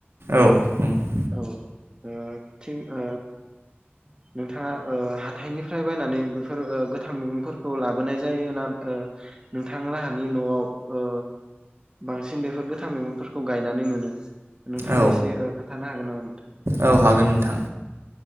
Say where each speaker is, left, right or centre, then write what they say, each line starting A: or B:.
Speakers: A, on the right; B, on the right.
A: औ नंगौ
B: औ ओ थि ओ नोंथाङा ओ हाथायनिफ्राय बायनानै बेफोर ओ गोथां मैगंफोरखौ लाबोनाय जायो ना ओ नोंथां लाहानि नआव बांसिन बेफोर गोथां मैगंफोरखौ गायनानै मोनो। <inaudible> नोंथाङा
A: औ
B: एसे ओ खोनथ थानो हागोन नामा?
A: औ हागोन नोंथां।